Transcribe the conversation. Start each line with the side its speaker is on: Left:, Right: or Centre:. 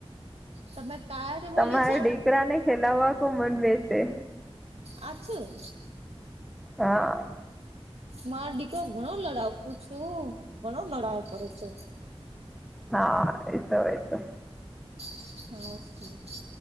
Right: તમે. ક્યારે બોલે
Centre: તમારા
Right: છે
Centre: દીકરાને ખેલાવવા કો મન વેસે.
Right: આ છું.
Centre: હા.
Right: માર દીકરો ઘણો લડાકુ છું. ઘણો લડાવ કરે છે.
Centre: હા એતો એતો.
Right: હમ્મ.